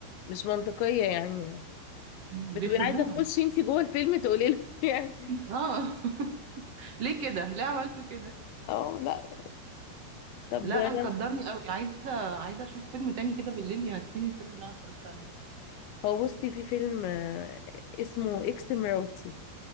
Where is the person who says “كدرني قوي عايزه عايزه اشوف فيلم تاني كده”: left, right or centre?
Right